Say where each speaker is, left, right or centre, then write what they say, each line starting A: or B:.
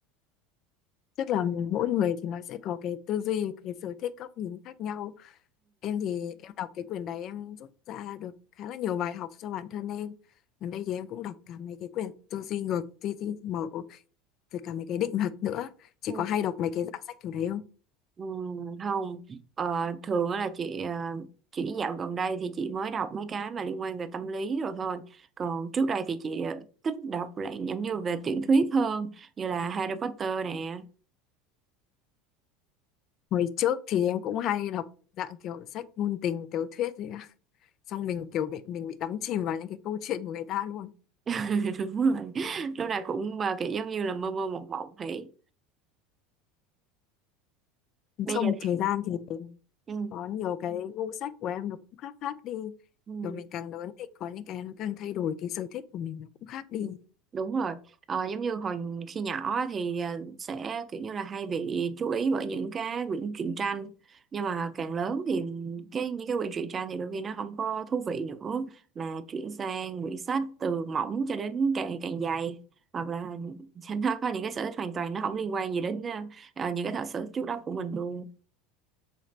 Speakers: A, on the left (about 50°); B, on the right (about 30°).
A: Tức là mỗi người thì nó sẽ có cái tư duy, cái sở thích, góc nhìn khác nhau. Em thì em đọc cái quyển đấy em rút ra được khá là nhiều bài học cho bản thân em. Gần đây thì em cũng đọc cả mấy cái quyển tư duy ngược, tư duy mở, rồi cả mấy cái định luật nữa. Chị
B: Ừ.
A: có hay đọc mấy cái dạng sách kiểu đấy không?
B: Ừ, không Ờ, thường á là chị ờ, chỉ dạo gần đây thì chị mới đọc mấy cái mà liên quan về tâm lý rồi thôi còn trước đây thì chị ờ, thích đọc lại giống như về tiểu thuyết hơn như là Harry Potter nè
A: Hồi trước thì em cũng hay đọc dạng kiểu sách ngôn tình, tiểu thuyết đấy ạ. Xong mình kiểu bị, mình bị đắm chìm vào những cái câu chuyện của người ta luôn.
B: <laughs> đúng rồi lúc nào cũng mà kiểu giống như là mơ mơ mộng mộng thế bây
A: Sau
B: giờ
A: một thời
B: thì
A: gian thì
B: ừ,
A: có nhiều cái gu sách của em nó cũng khác khác đi
B: ừ.
A: kiểu mình càng lớn thì có những cái nó càng thay đổi cái sở thích của mình nó cũng khác đi
B: Ừ, Đúng rồi, ờ, giống như hồi khi nhỏ á thì ờ, sẽ kiểu như là hay bị chú ý bởi những cái quyển truyện tranh nhưng mà càng lớn thì cái những cái quyển truyện tranh thì đôi khi nó không có thú vị nữa mà chuyển sang quyển sách từ mỏng cho đến càng càng dày hoặc là <laughs> nó có những cái sở thích hoàn toàn nó không liên quan gì đến ờ, ờ, những cái sở thích trước đó của mình luôn